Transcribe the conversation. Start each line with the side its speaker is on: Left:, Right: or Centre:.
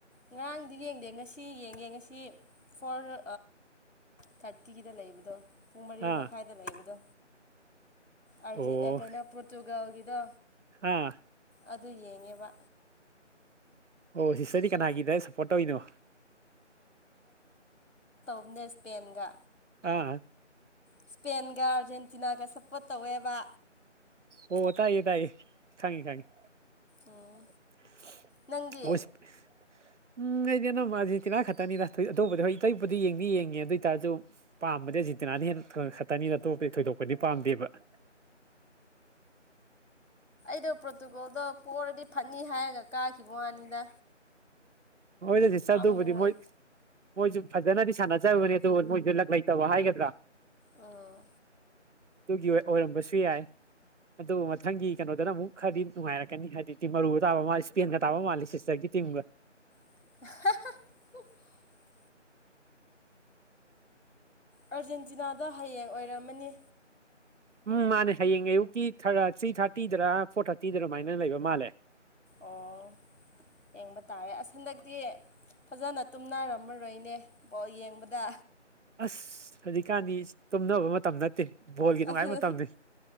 Left: ꯉꯔꯥꯡꯗꯤ ꯌꯦꯡꯗꯦ ꯉꯁꯤ ꯌꯦꯡꯉꯦ ꯉꯁꯤ ꯐꯣꯔ꯫ ꯊꯥꯔꯇꯤꯒꯤꯗ ꯂꯩꯕꯗꯣ ꯄꯨꯡ ꯃꯔꯤ
Right: ꯑꯥ
Left: ꯃꯈꯥꯏꯗ ꯂꯩꯕꯗꯣ꯫ ꯑꯔꯖꯦꯟ
Right: ꯑꯣ
Left: ꯌꯥꯀꯩꯅ ꯄꯣꯆꯨꯒꯜꯒꯗꯣ꯫
Right: ꯑꯥ꯫
Left: ꯑꯗꯨ ꯌꯦꯡꯉꯦꯕ꯫
Right: ꯑꯣ ꯁꯤꯁꯇꯗꯤ ꯀꯅꯥꯒꯤꯗ ꯁꯄꯣꯔ ꯇꯧꯅꯣ
Left: ꯅ ꯏꯁꯄꯦꯟꯒ꯫
Right: ꯑꯥ꯫
Left: ꯏꯁꯄꯦꯟꯒ ꯑꯥꯔꯖꯦꯟꯇꯤꯅꯥꯒ ꯁꯞꯄꯣꯔꯠ ꯇꯧꯋꯦꯕ꯫
Right: ꯑꯣ ꯇꯥꯏꯌꯦ ꯇꯥꯏꯌꯦ ꯈꯪꯉꯦ ꯈꯪꯉꯦ꯫꯫
Left: ꯎꯝ
Right: <unintelligible>
Left: ꯅꯪꯗꯤ
Right: ꯎꯝ ꯑꯩꯗꯤ ꯑꯅꯝꯕ ꯑꯥꯔꯖꯦꯟꯇꯤꯅꯥ ꯈꯛꯇꯅꯤꯅ ꯑꯇꯧꯕꯗꯗꯤ ꯍꯣꯏ ꯏꯇꯩ ꯏꯨꯄꯗꯤ ꯌꯦꯡꯗꯤ ꯌꯦꯡꯉꯦ ꯑꯗꯨ ꯑꯣꯏꯇꯥꯔꯁꯨ ꯄꯥꯝꯕꯗ꯫ ꯁꯤ ꯇꯤꯅꯥꯅ ꯍꯦꯟꯅ ꯈꯛꯇꯅꯤꯅ ꯑꯇꯣꯞꯄꯗꯤ ꯊꯣꯏꯗꯣꯛꯄꯗꯤ ꯄꯥꯝꯗꯦꯕ꯫ <unintelligible>
Left: ꯑꯗꯨꯗꯣ ꯄ꯭ꯔꯣꯇꯨꯀꯣꯜꯗꯣ ꯄꯔꯗꯤ ꯐꯅꯤ ꯍꯥꯏꯔꯒ ꯀꯥꯈꯤꯕ ꯋꯥꯅꯤꯗ꯫
Right: ꯍꯣꯏꯗ ꯁꯤꯁꯇ
Left: ꯄꯥꯝꯃꯨꯌꯦ
Right: ꯑꯗꯨꯕꯨꯗꯤ ꯃꯣꯏ ꯃꯣꯏꯁꯨ ꯐꯖꯅꯗꯤ ꯁꯥꯟꯅ꯫ ꯆꯕꯅꯦ ꯑꯗꯨ ꯃꯣꯏꯁꯨ ꯂꯛ ꯂꯩꯇꯧꯕ ꯍꯥꯏꯒꯗ꯭ꯔꯥ꯫
Left: ꯎꯝ
Right: ꯑꯗꯨꯒꯤ ꯑꯣꯏꯔꯝꯕꯁꯨ ꯌꯥꯏ꯫ ꯑꯗꯨ ꯃꯊꯪꯒꯤ ꯀꯩꯅꯣꯗꯅ ꯑꯃꯨꯛ ꯈꯔꯗꯤ ꯅꯨꯡꯉꯥꯏꯔꯛꯀꯅꯤ ꯍꯥꯏꯗꯤ ꯃꯔꯨ ꯇꯥꯕ ꯃꯥꯜꯂꯤ ꯏꯁꯄꯦꯟꯒ ꯇꯥꯕ ꯃꯥꯂꯦ ꯁꯤꯁꯇꯒꯤ꯫ ꯇꯤꯡꯕ꯫
Left: <unintelligible> ꯑꯥꯔꯖꯦꯟꯇꯤꯅꯥꯗ ꯍꯌꯦꯡ ꯑꯣꯏꯔꯝꯃꯅꯤ꯫
Right: ꯎꯝ ꯃꯥꯅꯦ ꯍꯌꯦꯡ ꯑꯌꯨꯛꯀꯤ ꯊ꯭ꯔꯤ ꯊꯥꯔꯇꯤꯗꯔ ꯐꯣꯔ ꯊꯥꯔꯇꯤꯗ ꯑꯗꯨꯃꯥꯏꯅ ꯂꯩꯕ ꯃꯥꯜꯂꯦ꯫ <unintelligible>
Left: ꯑꯣ ꯌꯦꯡꯕ ꯇꯥꯔꯦ ꯍꯟꯗꯛꯇꯤ ꯐꯖꯅ ꯇꯨꯝꯅꯔꯝꯃꯔꯣꯏꯅꯦ꯫ ꯌꯦꯡꯕꯗ꯫
Right: ꯑꯁ ꯍꯧꯖꯤꯛꯀꯥꯟꯗꯤ ꯇꯨꯝꯅꯕ ꯃꯇꯝ ꯅꯠꯇꯦ꯫ ꯕꯣꯜꯒꯤ ꯅꯨꯡꯉꯥꯏꯕ
Left: ꯑꯗꯨ
Right: ꯃꯇꯝꯅꯤ